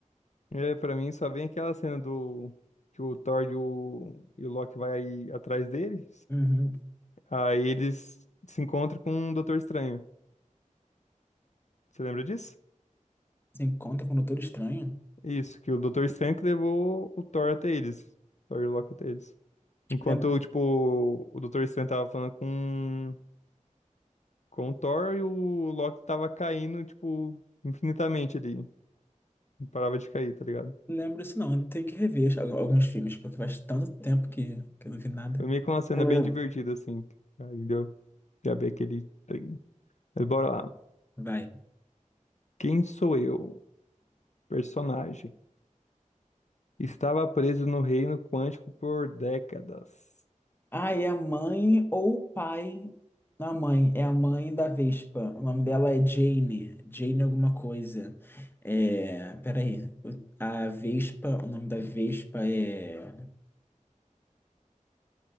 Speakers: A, on the left; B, on the left.
A: É, pra mim só vem aquela cena do que o Thor e o, e o Loki vai atrás dele.
B: Uhum.
A: Aí eles se encontram com o Doutor Estranho. Você lembra disso?
B: Se encontra com o Doutor Estranho?
A: Isso, que o Doutor Estranho que levou o Thor até eles. Thor e o Loki até eles. Enquanto,
B: Lembro,
A: tipo, o Doutor Estranho tava falando com, com o Thor e o Loki tava caindo, tipo, infinitamente ali. Não parava de cair, tá ligado?
B: lembro isso não, tem que rever al- alguns filmes, porque faz tanto tempo que, que eu não vi nada.
A: Foi meio que uma cena
B: É mesmo.
A: bem divertida, assim. Aí deu pra ver aquele trem. Mas bora lá.
B: Vai.
A: Quem sou eu? Personagem. Estava preso no reino quântico por décadas.
B: Ah, é a mãe ou o pai. Não, a mãe, é a mãe da Vespa. O nome dela é Jane. Jane alguma coisa. É, peraí. O- A Vespa, o nome da Vespa é.